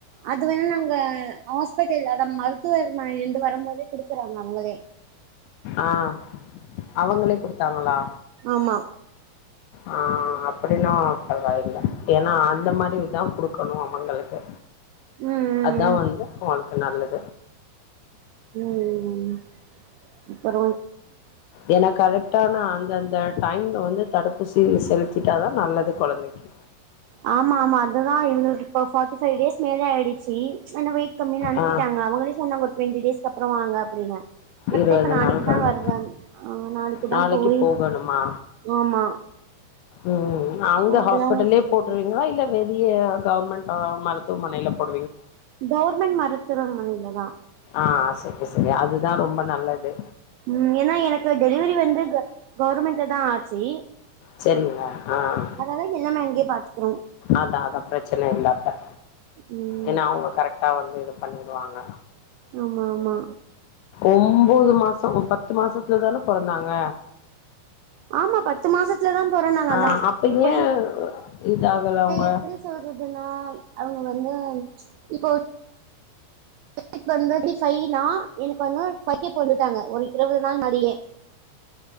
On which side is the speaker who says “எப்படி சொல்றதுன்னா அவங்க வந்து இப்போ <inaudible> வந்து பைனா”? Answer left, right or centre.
Right